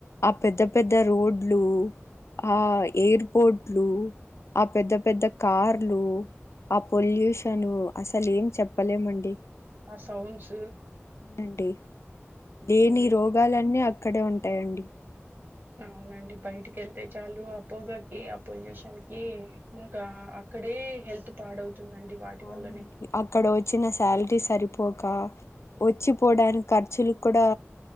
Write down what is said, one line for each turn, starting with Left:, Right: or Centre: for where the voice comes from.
Left: ఆ పెద్ద పెద్ద రోడ్లు ఆ ఎయిర్పోర్ట్లు ఆ పెద్ద పెద్ద కార్లు ఆ పొల్యూషన్ అసలు ఏం చెప్పలేమండి
Right: ఆ సౌండ్స్
Left: అండి లేని
Right: ఉమ్
Left: రోగాలన్నీ అక్కడే ఉంటాయండి
Right: అవునండి బయటికి ఏళ్తే చాలు ఆ పోగాకి ఆ పొల్యూషన్ కి ఇంకా అక్కడే హెల్త్ పాడవుతుందండి వాటి
Left: అవునండి
Right: వల్లనే
Left: అక్కడ వచ్చిన సాలరీ సరిపోక వచ్చిపోడానికి ఖర్చులు కుడా